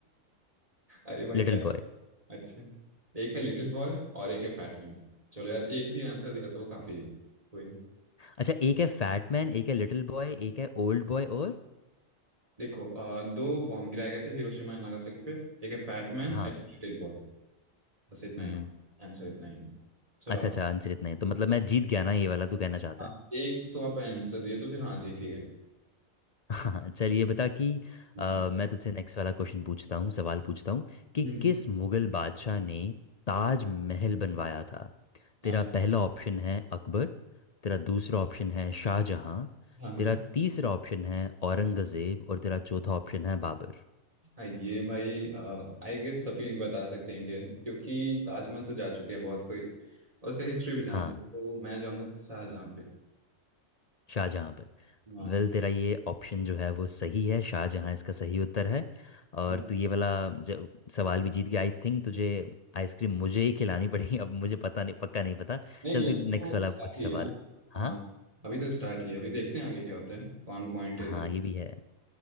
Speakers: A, on the right; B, on the left.
A: अरे भाई
B: लिटिल
A: चार
B: बॉय
A: अच्छा एक है लिटिल बॉय और एक है फैटमैन चलो यार एक भी आंसर दिया तो काफी है कोई नहीं
B: अच्छा एक है फैट मैन एक है लिटिल बॉय एक है ओल्ड बॉय और
A: देखो अ, दो बॉम्ब गिराए गए थे हिरोशिमा एंड नागासाकी पे एक है फैटमैन
B: हाँ
A: एक लिटिल बॉय बस इतना
B: हम्म
A: ही हो आंसर इतना ही है। चलो
B: अच्छा
A: आप
B: अच्छा आंसर इतना है तो मतलब मैं जीत गया ना ये वाला तू कहना चाहता
A: हाँ
B: है
A: एक तो आप आंसर दिए तो फिर हाँ जीती गए
B: <laughs> हाँ चल ये बता कि
A: हम्म
B: अ, मैं तुझसे नेक्स्ट वाला क्वेश्चन पूछता हूँ सवाल पूछता हूँ कि
A: हम्म,
B: किस मुगल बादशाह ने ताज महल बनवाया था
A: हाँ
B: तेरा
A: हाँ
B: पहला ऑप्शन है अकबर तेरा दूसरा ऑप्शन है शाहजहां
A: हाँ हाँ
B: तेरा तीसरा ऑप्शन है औरंगजेब और तेरा चौथा ऑप्शन है बाबर
A: हाँ ये भाई आई गेस सभी बता सकते हैं इंडियन क्योंकि ताजमहल तो जा चुके हैं बहुत कोई और उसका हिस्ट्री भी जानते
B: हाँ
A: हो तो मैं जाऊंगा शाहजहाँ पे
B: शाहजहाँ पे
A: हाँ
B: वेल तेरा ये ऑप्शन जो है वो सही है शाहजहाँ इसका सही उत्तर है और
A: नहीं
B: तू ये वाला जो सवाल भी जीत गया आई थिंक तुझे आइसक्रीम मुझे ही खिलानी पड़ेगी अब मुझे पता नहीं पक्का नहीं पता
A: नहीं
B: चल तू
A: अभी
B: नेक्स्ट
A: तो
B: वाला
A: स्टार्ट
B: पूछ सवाल
A: ही है ना
B: हाँ
A: हाँ अभी तो स्टार्ट ही है अभी देखते हैं आगे क्या होता है कौन पॉइंट है
B: हाँ
A: कित-
B: ये भी है